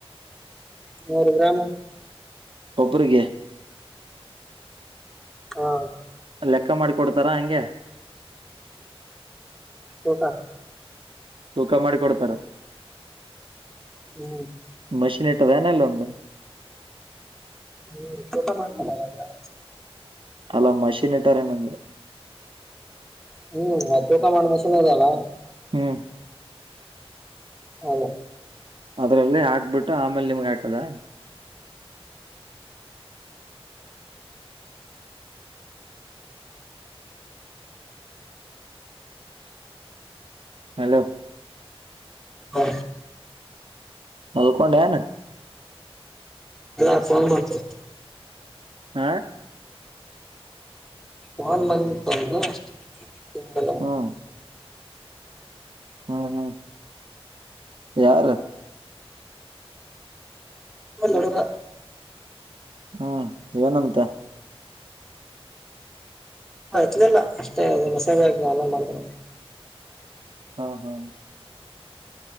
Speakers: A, in the centre; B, on the right.
A: ನೂರು ಗ್ರಾಮು.
B: ಒಬ್ರಿಗೆ
A: ಹಾ.
B: ಲೆಕ್ಕ ಮಾಡಿಕೊಡ್ತಾರಾ ಹಂಗೆ.
A: ಊಟ.
B: ತೂಕ ಮಾಡಿ ಕೊಡ್ತಾರ.
A: ಹ್ಮ್.
B: ಮಷನ್ ಇಟ್ಟದನಲ್ಲಂದು
A: ಹ್ಮ್ ಊಟ ಮಾಡನ್ ಮ
B: ಅಲ್ಲಾ ಮಷೀನ್ ಇಟ್ಟಾರೇನಂದ್ರ.
A: ಹ್ಮ್ ಆ ತೂಕ ಮಾಡೋ ಮಿಷಿನ್ ಇದಲ್ಲ.
B: ಹ್ಮ್.
A: ಹೌದಾ.
B: ಅದ್ರಲ್ಲಿ ಹಾಕ್ಬಿಟ್ಟು ಆಮೇಲೆ ನಿಮ್ಗ್ ಹಾಕದ. ಹಲೋ.
A: ಹಾ.
B: ಮಲ್ಕೊಂಡೇನ.
A: ಇಫೋನ್ ಮಾಡತ <inaudible>
B: ಹಾ
A: ನನ್ ಮಂದಂದ ಅಷ್ಟಲ್ಲ
B: ಹ್ಮ್ ಹ್ಮ್ ಹ್ಮ್ ಯಾರ
A: ಹ ತೊಡುಗ
B: ಹ್ಮ್ ಏನಂತ
A: ಎತ್ಲಿಲ್ಲ ಅಷ್ಟೇ ನಿಮ್ಮ ಸೇವೆ ಆಕ ನ ಮಾಡ್ತ
B: ಹಾ ಹಾ